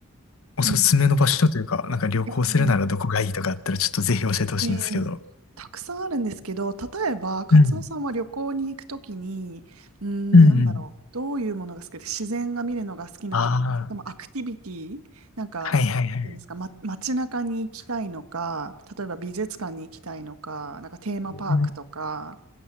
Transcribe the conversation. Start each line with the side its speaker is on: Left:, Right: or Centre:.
Left: おすすめの場所というか、
Right: ええ
Left: なんか旅行するならどこがいいとかあったらちょっとぜひ教えてほしいんですけど。
Right: ええええたくさんあるんですけど、例えば、カツオさんは旅行に行くときに、
Left: うん。
Right: うーん、
Left: うんうん。
Right: なんだろう、どういうものが好きで、自然が見るのが好きなのか、
Left: あ
Right: それともアクティビティ、なんか、
Left: あ、はいはいはい。
Right: なんですか、ま、街中に行きたいのか、例えば美術館に行きたいのか、なんかテーマパークとか、
Left: うん